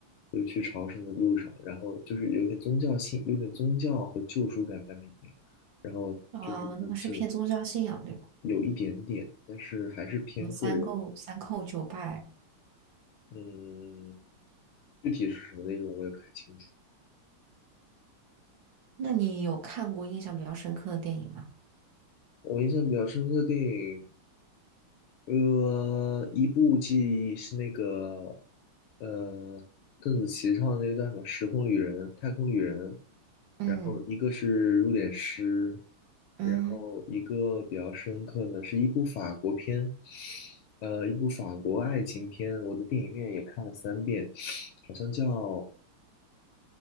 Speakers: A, on the left; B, on the right.
A: 就是去朝圣的路上，然后就是有点宗教性，有点宗教和救赎感在里面，然后就是他就
B: 啊，那个是偏宗教信仰，对吧？
A: 有一点点，但是还是偏个人，
B: 什么三叩三叩九拜？
A: 嗯，具体是什么内容我也不太清楚。
B: 那你有看过印象比较深刻的电影吗？
A: 我印象比较深刻的电影，呃，一部记忆是那个，呃，邓紫棋唱的那个叫什么《时空旅人》《太空旅人》，
B: 嗯
A: 然后一个是《入殓师》，
B: 嗯，
A: 然后一个比较深刻的是一部法国片，呃，一部法国爱情片，我的电影院也看了三遍，好像叫，